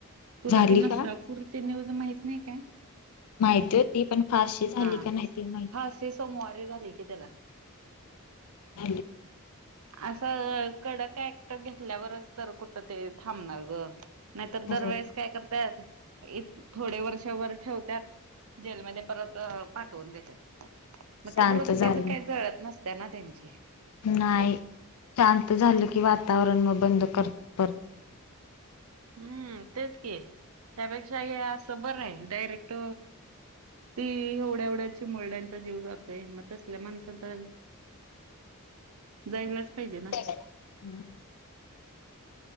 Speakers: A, on the right (about 75°); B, on the left (about 85°).
A: तुला
B: झाली
A: ते नसरापूरचे
B: का
A: न्यूज माहित नाही काय?
B: माहिती होती पण, फशी झाली
A: हा
B: का नाही, ते माहित
A: फाशी सोमवारीे झाले की त्याला
B: ख
A: असं कडक यक्ट घेतल्यावरच तर कुठं ते थांबणार ग नाहीतर
B: हो
A: दरवेेळेस काय करतत इ थोडे वर्ष वर ठेवतत जेलमध्ये परत पाठवून देते मग
B: शांत
A: ती वृत्तीच
B: झालं
A: काही जळत नस त्यांना त्यांची
B: नाही शांत झालं की वातावरण मग बंद करतात पर
A: हम्म तेच की त्यापेक्षा हे असं बरं नाही डायरेक्ट ती एवढ्यावढ्याची मुलड्यांचा जीव जातोय मग तसल्या माणसाचा जायलाच पाहिजे ना
B: हम्म.